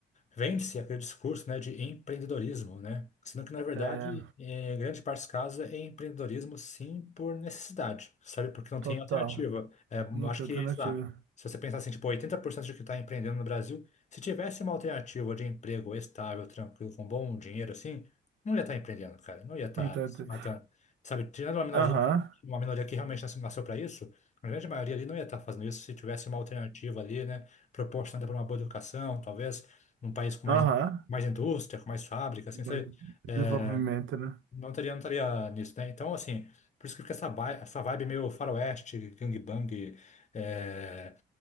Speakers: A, on the left; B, on the right.
A: Vende-se aquele discurso, né, de empreendedorismo, né? Sendo que, na verdade,
B: É,
A: em grande parte dos casos, é empreendedorismo, sim, por necessidade, sabe? Porque não
B: total.
A: tem alternativa. É,
B: Não
A: acho
B: tem
A: que,
B: alternativa.
A: sei lá, se você pensar assim, tipo, 80% de que está empreendendo no Brasil, se tivesse uma alternativa de emprego estável, tranquilo, com bom dinheiro, assim, não ia estar empreendendo, cara. Não ia estar
B: Não tem alter-
A: se matando. Sabe? Tirando uma minoria,
B: Aham.
A: uma minoria que realmente nasce- nasceu para isso, a grande maioria ali não ia estar fazendo isso se tivesse uma alternativa ali, né? Proporcionada por uma boa educação, talvez num país com
B: Aham.
A: mais, mais indústria, com mais fábrica, assim,
B: Mas
A: sabe? É,
B: Desenvolvimento, né?
A: não teria não teria nisso, né? Então, assim, por isso que fica essa vibe, essa vibe meio faroeste, gangbang, é,